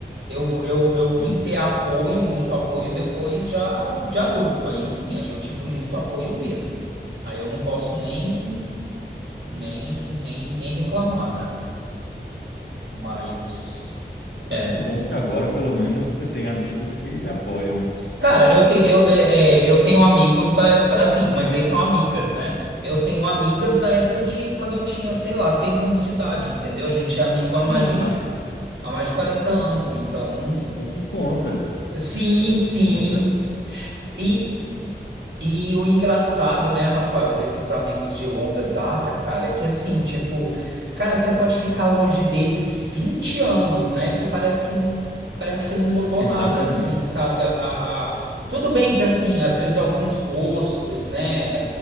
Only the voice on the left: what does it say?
Uhum.
Que bom que agora pelo menos você tem amigos que lhe apoiam.
Não,
mas,
mas
é, é o que conta,
é o
que conta.
Exatamente.